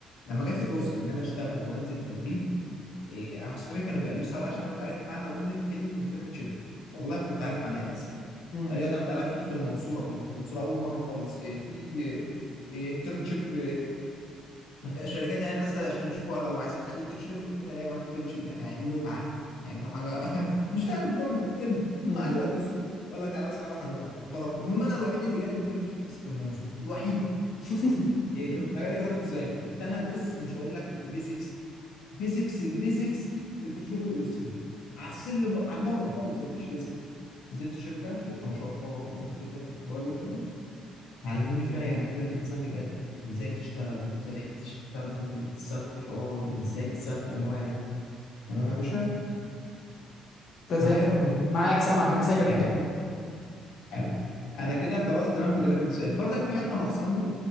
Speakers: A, on the left; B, on the left.
A: لما جات لي فرصه ان انا اشتغل وانزل تدريب إيه انا اصحابي كانوا بيقلصوا عليا عشان انا مش عارف معنى جمله كلمه انترنشيب والله ما كنت عارف معناها إيه يا اسيا
B: امم
A: قال لي ادم تعالى في في المنصوره كنا في المنصوره اول مره خالص إيه، في انترنشيب الشركات يعني نازله عشان يشوفوا لو عايزين حد انترنشيب قلت لهم يعني إيه يا جماعه انترنشيب يعني هيعملوا ايه معانا؟ هيعملوا حاجه <laughs> مش فاهم الكم- الكلمه المهم
B: امم
A: قعدوا يقلصوا وقال لك تعالى بس اروح هنبقى مفطرك المهم انا الوحيد اللي جالي انترنشيب في المنصوره الوحيد
B: <laughs>
A: إيه، في مجال الجرافيك ديزاين كنت انا بص مش هقول لك بيزكس بيزكس البيزكس في الفوتوشوب والإليستريتور على السلم على البره خالص مفيش لسه نزلت شركه شركه ما شاء الله جامده جدا وقويه جدا علموني فيها يعني ايه جرافيك ديزاين بجد وازاي تشتغل وازاي تستخدم بال... تستخدم الاي اي وازاي تستخدم الادوات تمام يا باشا
B: ده
A: معايا
B: زي الفل
A: ولا دلوقتي
B: ده معاك
A: في ايه؟
B: سامعك انا سايبك
A: حلو
B: تكمل
A: حلو انا كده خلاص تمام في جرافيك ديزاين برضك في حته ناقصاني